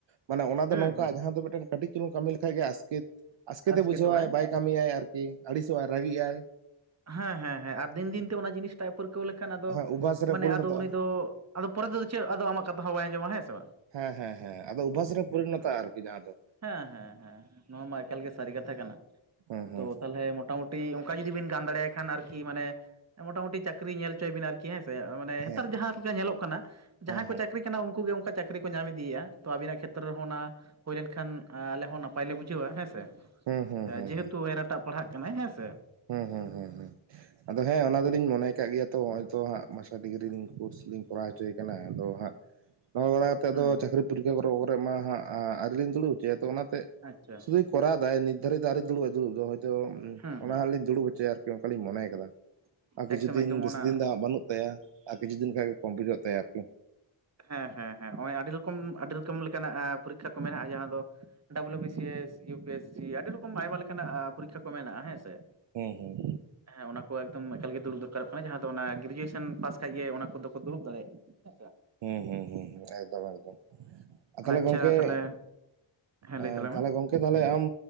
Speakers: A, on the right; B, on the right.
A: ᱢᱟᱱᱮ ᱚᱱᱟ
B: ᱦᱮᱸ
A: ᱫᱚ ᱱᱚᱝᱠᱟ
B: ᱦᱮᱸ
A: ᱡᱟᱦᱟᱸ ᱫᱚ ᱢᱤᱫᱴᱮᱱ ᱠᱟᱹᱴᱤᱡ ᱪᱩᱞᱩᱝ ᱠᱟᱹᱢᱤ ᱞᱮᱠᱷᱟᱡ ᱜᱮ ᱟᱥᱠᱮᱛ, ᱟᱥᱠᱮᱛᱮ
B: ᱟᱥᱠᱮᱛᱚᱜᱼᱟᱭ
A: ᱵᱩᱡᱷᱟᱹᱣᱟᱭ ᱵᱟᱭ ᱠᱟᱹᱢᱤᱭᱟᱭ, ᱟᱨ ᱟᱹᱲᱤᱥᱚᱜ-ᱟᱭ ᱨᱟᱹᱜᱤᱜ-ᱟᱭ,
B: ᱦᱮᱸ ᱦᱮᱸ ᱦᱮᱸ, ᱟᱨ ᱫᱤᱱ ᱫᱤᱱ ᱛᱮ ᱚᱱᱟ ᱡᱤᱱᱤᱥ ᱛᱟᱜ ᱮ ᱯᱟᱹᱨᱠᱟᱹᱣ ᱞᱮᱠᱷᱟᱱ ᱟᱫᱚ,
A: ᱦᱮᱸ ᱚᱵᱷᱟᱥ ᱨᱮ
B: ᱢᱟᱱᱮ
A: ᱯᱚᱨᱤᱱᱚᱛᱚᱜᱼᱟ
B: ᱟᱫᱚ ᱩᱱᱤ ᱫᱚ ᱟᱫᱚ ᱯᱚᱨᱮ ᱛᱮᱫᱚ ᱪᱮᱫ ᱟᱫᱚ ᱟᱢᱟᱜ ᱠᱟᱛᱷᱟ ᱦᱚᱸ ᱵᱟᱭ ᱟᱸᱡᱚᱢᱟ ᱦᱮᱸ ᱥᱮ ᱵᱟᱝ᱾
A: ᱦᱮᱸ ᱦᱮᱸ ᱦᱮᱸ, ᱟᱫᱚ ᱚᱵᱷᱟᱥ ᱨᱮ ᱯᱚᱨᱤᱱᱚᱛᱚᱜ-ᱟ
B: ᱮᱠᱫᱚᱢ
A: ᱟᱨᱠᱤ ᱡᱟᱦᱟᱸ ᱫᱚ᱾
B: ᱦᱮᱸ ᱦᱮᱸ ᱦᱮᱸ, ᱱᱚᱣᱟ ᱢᱟ ᱮᱠᱟᱞᱜᱮ ᱥᱟᱹᱨᱤ ᱠᱟᱛᱷᱟ ᱠᱟᱱᱟ,
A: ᱦᱮᱸ ᱦᱮᱸ
B: ᱛᱚ ᱛᱟᱞᱦᱮ ᱢᱚᱴᱟᱢᱩᱴᱤ ᱚᱝᱠᱟ ᱡᱩᱫᱤ ᱵᱤᱱ ᱜᱟᱱ ᱫᱟᱲᱮᱭᱟᱭ ᱠᱷᱟᱱ ᱟᱨᱠᱤ, ᱢᱟᱱᱮ ᱢᱚᱴᱟᱢᱩᱴᱤ ᱪᱠᱨᱤ ᱧᱮᱞ ᱪᱚᱭ ᱵᱤᱱ ᱟᱨᱠᱤ ᱦᱮᱸ ᱥᱮᱸ᱾ ᱱᱮ
A: ᱦᱮᱸ
B: ᱦᱮᱛᱟᱨ ᱡᱟᱦᱟᱸ ᱞᱮᱠᱟ ᱧᱮᱞᱚᱜ ᱠᱟᱱᱟ, ᱡᱟᱦᱟᱸᱭ
A: ᱦᱮᱸ
B: ᱠᱚ ᱪᱟᱹᱠᱨᱤ ᱠᱟᱱᱟ ᱩᱝᱠᱩ ᱜᱮ ᱚᱝᱠᱟ ᱪᱟᱹᱠᱨᱤ ᱠᱚ ᱧᱟᱢ ᱤᱫᱤᱭᱮᱜ-ᱟ᱾ ᱛᱚ ᱟᱵᱤᱱᱟᱜ ᱠᱷᱮᱛᱨᱚ ᱨᱮᱦᱚᱸ ᱚᱱᱟ ᱦᱩᱭ ᱞᱮᱱᱠᱷᱟᱱ, ᱟᱞᱮ ᱦᱚᱸ ᱱᱟᱯᱟᱭ ᱞᱮ ᱵᱩᱡᱷᱟᱹᱣᱟ ᱦᱮᱸ ᱥᱮ᱾
A: ᱦᱮᱸ ᱦᱮᱸ ᱦᱩᱸ ᱦᱩᱸ ᱦᱩᱸ ᱦᱩᱸ
B: ᱡᱮᱦᱮᱛᱩ ᱮᱨᱟᱴᱟᱜ ᱯᱟᱲᱦᱟᱜ ᱠᱟᱱᱟᱭ ᱦᱮᱸ ᱥᱮ᱾
A: ᱦᱩᱸ ᱦᱩᱸ ᱦᱩᱸ ᱦᱩᱸ, ᱟᱫᱚ ᱦᱮᱸ ᱚᱱᱟ ᱫᱚᱞᱤᱧ ᱢᱚᱱᱮ ᱠᱟᱜ ᱜᱮᱭᱟ ᱛᱚ ᱦᱚᱜ ᱚᱭ ᱛᱚ ᱦᱟᱸᱜ ᱢᱟᱥᱴᱟᱨ ᱰᱤᱜᱽᱨᱤᱧ ᱠᱳᱨᱥ ᱞᱤᱧ ᱠᱚᱨᱟᱣ ᱦᱚᱪᱚᱭᱮ ᱠᱟᱱᱟ ᱟᱫᱚ ᱦᱟᱸᱜ᱾ ᱱᱚᱣᱟ ᱵᱟᱲᱟ ᱠᱟᱛᱮ
B: ᱦᱮᱸ
A: ᱟᱫᱚ ᱪᱟᱹᱠᱨᱤ ᱯᱚᱨᱤᱠᱠᱷᱟ ᱠᱚᱨᱚ ᱠᱚᱨᱮ ᱢᱟ ᱦᱟᱸᱜ, ᱟᱹᱣᱨᱤ ᱞᱤᱧ ᱫᱩᱲᱩᱵ ᱦᱚᱪᱚᱭᱟ ᱛᱚ ᱚᱱᱟᱛᱮ
B: ᱟᱪᱪᱷᱟ᱾
A: ᱥᱩᱫᱩᱭ ᱠᱚᱨᱟᱣ ᱫᱟᱭ ᱱᱤᱛ ᱫᱷᱟᱨᱤᱡ ᱫᱚ ᱟᱨᱤ ᱫᱩᱲᱩᱵ ᱟᱭ ᱫᱩᱲᱩᱵ ᱫᱚ ᱦᱚᱭᱛᱚ᱾
B: ᱦᱮᱸ ᱦᱮᱸ
A: ᱚᱱᱟ ᱦᱟᱸᱜ ᱞᱤᱧ ᱫᱩᱲᱩᱵ ᱦᱚᱪᱚᱭᱟ ᱟᱨᱠᱤ ᱚᱝᱠᱟᱞᱤᱤᱧ ᱢᱚᱱᱮ ᱠᱟᱫᱟ, ᱟᱨ ᱠᱤᱪᱷᱩ
B: ᱮᱠᱫᱚᱢ
A: ᱫᱤᱱ
B: ᱮᱠᱫᱚᱢ
A: ᱵᱮᱥᱤ
B: ᱚᱱᱟ
A: ᱫᱤᱱ ᱫᱚ ᱦᱟᱸᱜ ᱵᱟᱹᱱᱩᱜ᱾ ᱛᱟᱭᱟ ᱟᱨ ᱠᱤᱪᱷᱩ ᱫᱤᱱ ᱠᱷᱟᱱ ᱜᱮ ᱠᱚᱢᱯᱞᱤᱴᱚᱜ ᱛᱟᱭᱟ ᱟᱨᱠᱤ᱾
B: ᱦᱮᱸ ᱦᱮᱸ ᱦᱮᱸ, ᱱᱚᱜᱼᱚᱭ ᱟᱹᱰᱤ ᱨᱚᱠᱚᱢ ᱟᱹᱰᱤ ᱨᱚᱠᱚᱢ ᱞᱮᱠᱟᱱᱟᱜ ᱯᱚᱨᱤᱠᱠᱷᱟ ᱠᱚ ᱢᱮᱱᱟᱜᱼᱟ᱾ ᱡᱟᱦᱟᱸ ᱫᱚ W B. C. S U P. S. C ᱟᱹᱰᱤ ᱨᱚᱠᱚᱢ ᱟᱭᱢᱟ ᱞᱮᱠᱟᱱᱟᱜ ᱟᱻ ᱯᱚᱨᱤᱠᱠᱷᱟ ᱠᱚ ᱢᱮᱱᱟᱜᱼᱟ ᱦᱮᱸ ᱥᱮ?
A: ᱦᱮᱸ ᱦᱩᱸ᱾
B: ᱦᱮᱸ ᱚᱱᱟ ᱠᱚ ᱮᱠᱫᱚᱢ ᱮᱠᱟᱞᱮ ᱫᱩᱲᱩᱵ ᱫᱚᱨᱠᱟᱨᱚᱜ ᱠᱟᱱᱟ, ᱡᱟᱦᱟᱸ ᱫᱚ ᱚᱱᱟ ᱜᱨᱮᱡᱩᱭᱮᱥᱚᱱ ᱯᱟᱥ ᱠᱷᱟᱡᱜ ᱜᱮ ᱚᱱᱟ ᱠᱚᱫᱚ ᱫᱩᱲᱩᱵ ᱫᱟᱲᱮᱭᱟᱜᱼᱟ᱾ <unintelligible> ᱟᱪᱪᱷᱟ,
A: ᱦᱩᱸ ᱦᱩᱸ ᱦᱩᱸ ᱦᱩᱸ ᱮᱠᱫᱚᱢ ᱮᱠᱫᱚᱢ᱾ ᱛᱟᱦᱚᱞᱮ
B: ᱟᱪᱪᱷᱟ
A: ᱜᱚᱝᱠᱮ
B: ᱛᱟᱦᱚᱞᱮ ᱦᱮᱸ
A: ᱮ
B: ᱞᱟᱹᱭ ᱛᱟᱞᱟᱝ
A: ᱛᱟᱦᱚᱞᱮ
B: ᱢᱮ
A: ᱜᱚᱝᱠᱮ ᱛᱟᱦᱞᱮ ᱟᱢ?